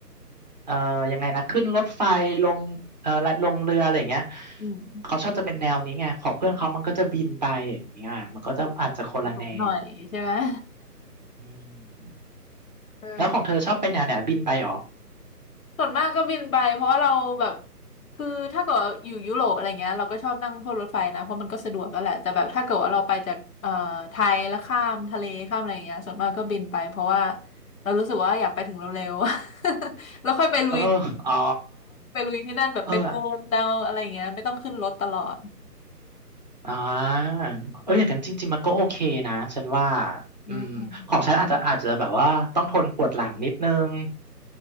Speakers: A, on the right; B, on the left.
A: เออยังไงนะขึ้นรถไฟลงเออลงเรืออะไรอย่างเงี้ย
B: อืม
A: เขาชอบจะเป็นแนวนี้ไงของเพื่อนเขามันก็จะบินไปอย่างเงี้ยมันก็จะอาจจะคนละแนว
B: ดูสูงหน่อยใช่ไหม <laughs>
A: อืม
B: เออ
A: แล้วของเธอชอบเป็นแนวไหนบินไปเหรอ
B: ส่วนมากก็บินไปเพราะว่าเราแบบคือถ้าเกิดว่าอยู่ยุโรปอะไรเงี้ยเราก็ชอบนั่งพวกรถไฟนะเพราะมันก็สะดวกแล้วแหละแต่แบบถ้าเกิดว่าเราไปจากเอ่อไทยแล้วข้ามทะเลข้ามอะไรเงี้ยส่วนมากก็บินไปเพราะว่าเรารู้สึกว่าอยากไปถึงเร็วๆ <laughs> แล้วค่อยไปลุย
A: เอออ๋อ
B: ไปลุยที่นั่นแบบไปเดินเดาอะไรอย่างเงี้ยไม่ต้องขึ้นรถตลอด
A: เออ อ่าเอออย่างนั้นจริงๆมันก็โอเคนะ ฉันว่าอืมของฉันอาจจะอาจจะแบบว่าต้องทนปวดหลังนิดนึง
B: อืม